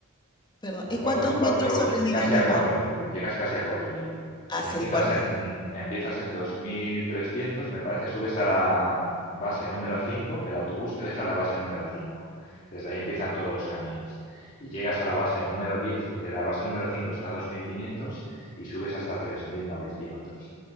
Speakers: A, on the left; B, on the left.
A: perdón,
B: a
A: ¿y
B: cuatro,
A: cuántos metros
B: cuatro,
A: sobre el nivel
B: casi
A: del
B: a cuatro
A: mar?
B: mil llegas casi a cuatro mil
A: Así
B: Empiezas
A: es fuerte.
B: en, empiezas en 2.300 me parece, subes a la base número cinco el autobús te deja en la base número cinco Desde ahí empiezan todos los caminos. Y llegas a la base número diez eh, la base número 5 está a 2.500 y subes hasta tres mil novecientos